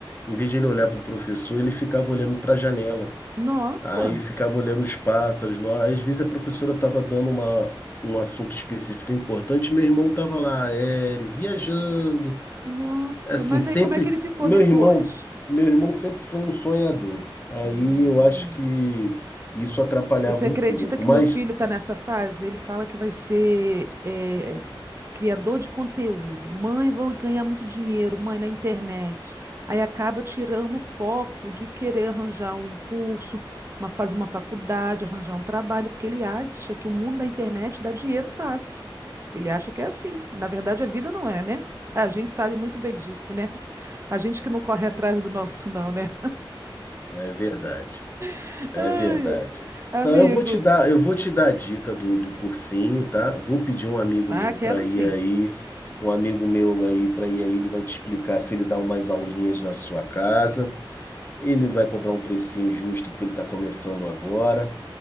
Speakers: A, on the left; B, on the right.
A: em vez de ele olhar para o professor, ele ficava olhando para a janela.
B: nossa,
A: Aí ficava olhando os pássaros. no Às vezes a professora estava dando uma, um assunto específico importante, meu irmão estava lá, aéreo, viajando.
B: nossa.
A: Assim,
B: Mas
A: sempre.
B: aí como é que ele ficou
A: Meu
B: depois?
A: irmão, meu irmão sempre foi um sonhador. Aí
B: Hum.
A: eu acho que isso atrapalhava
B: Você
A: um
B: acredita
A: pouco,
B: que
A: mas
B: meu filho está nessa fase? Ele fala que vai ser eh, criador de conteúdo. Mãe, vou ganhar muito dinheiro, mãe, na internet. Aí acaba tirando o foco de querer arranjar um curso, uma, fazer uma faculdade, arranjar um trabalho, porque ele acha que o mundo da internet dá dinheiro fácil. Ele acha que é assim. Na verdade, a vida não é, né? Ah, A gente sabe muito bem disso, né? A gente que não corre atrás do nosso, não, né?
A: é verdade.
B: <laughs>
A: É
B: Ai,
A: verdade.
B: ai. amigo.
A: Não, eu vou te dar, eu vou te dar a dica do, do cursinho, tá? Vou pedir um amigo
B: Ah,
A: meu
B: quero
A: para ir
B: sim.
A: aí, um amigo meu aí para ir aí, ele vai te explicar se ele dá umas aulinhas na sua casa. Ele vai cobrar um precinho justo porque ele está começando agora.